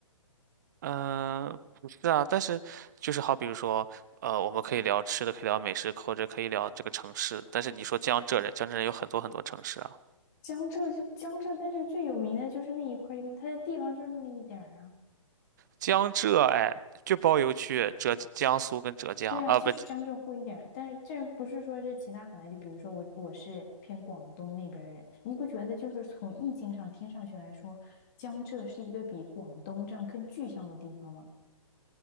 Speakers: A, on the right (about 35°); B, on the left (about 30°).
A: 嗯、不是啊，但是就是好，比如说。呃，我们可以聊吃的，可以聊美食，或者可以聊这个城市。但是你说江浙人，江浙人有很多很多城市啊。
B: 江浙就江浙，但是最有名的就是那一块地方，它的地方就是那么一点儿啊。
A: 江浙哎，就包邮去浙江苏跟浙江啊，
B: 对啊，就是江浙沪一点儿但是这不是说这其他很难，
A: 不
B: 就比如说我我是偏广东那边儿人，你不觉得就是从意境上听上去来说，江浙是一个比广东这样更具象的地方吗？